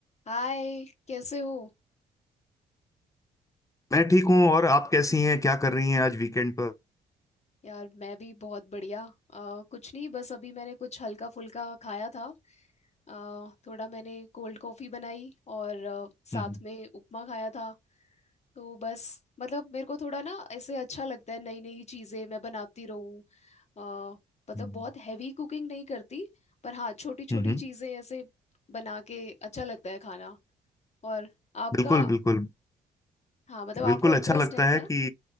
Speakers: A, on the left; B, on the left.
A: हाय कैसे हो
B: मैं ठीक हूँ और आप कैसी हैं क्या कर रही हैं आज वीकेंड पर
A: यार मैं भी बहुत बढ़िया अ, कुछ नहीं बस अभी मैंने कुछ हल्का फुल्का खाया था अ, थोड़ा मैंने कोल्ड कॉफ़ी बनाई और अ, साथ
B: हम्म
A: में उपमा खाया था तो बस मतलब मेरे को थोड़ा ना ऐसे अच्छा लगता है नई नई चीज़ें मैं बनाती रहूँ अ, मतलब
B: हम्म
A: बहुत हैवी कुकिंग नहीं करती पर हाँ छोटी छोटी
B: हम्म,
A: चीज़ें ऐसे बना के अच्छा लगता है खाना और आपका
B: बिल्कुल बिल्कुल
A: हाँ मतलब आपको
B: बिल्कुल
A: इंटरेस्ट
B: अच्छा लगता
A: है क्या
B: है कि